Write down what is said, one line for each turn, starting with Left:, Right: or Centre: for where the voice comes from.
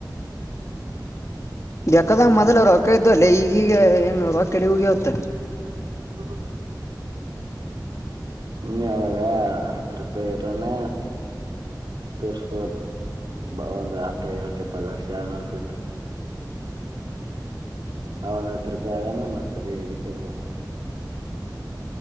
Left: ಕ್ಕದ ಮೊದಲ ರೊಕ್ಕ ಇದ್ದು ಅಲ್ಲ ಈಗೀಗ ಏನು ರೊಕ್ಕ ಎಲ್ಲಿ ಹಗಿ ಹತ್ತ
Right: ಹ್ಮ ಸುಮ್ನೆ ಅವಾಗ ಹತ್ತು ರೂಪಾಯಿ ಇರೋಾನ ತೋರ್ಸ್ಕೊ ಬ ಒಂದು್ ಹತ್ತ ಐವತ್ತು ಇಪ್ಪತ್ತು ಲಕ್ಷ ಅನಸತ ಅವ ಒಂದ ಹತ್ತು ರೂಪಾಯಿ ಅಗಾನ ಮಾಡ್ತದೆ ಇದಕ್ಕೆ ಬರೋದ